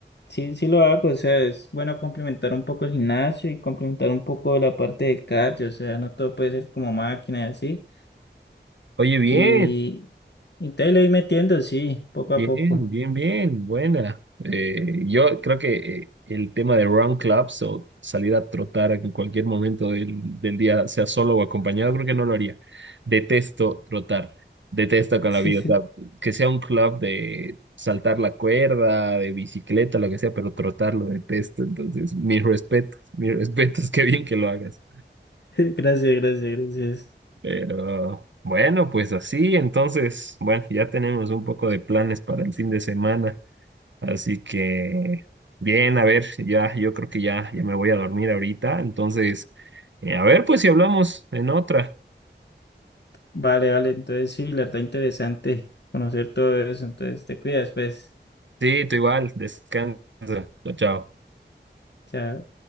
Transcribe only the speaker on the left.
sí, sí lo hago, o sea, es bueno complementar un poco el gimnasio y complementar un poco la parte del cardio, o sea, no todo puede ser como máquina y así,
y, y te le voy metiendo, sí, poco
a poco.
<laughs> Sí,
sí.
Gracias, gracias, gracias.
Vale, vale, entonces sí, la verdad interesante conocer todo eso, entonces te cuidas, pues.
Chao.